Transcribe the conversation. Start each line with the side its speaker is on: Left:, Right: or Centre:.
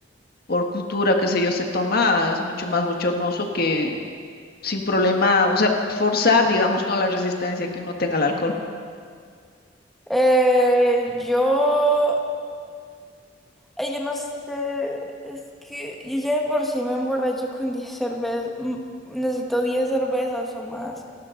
Left: por cultura, qué sé yo, se toma, es mucho más bochornoso que sin problema, o sea, forzar, digamos, no la resistencia que uno tenga al alcohol.
Centre: Eh, yo... ay, yo no sé, es que yo ya de por sí me emborracho con 10 cervezas, mm, necesito 10 cervezas o más.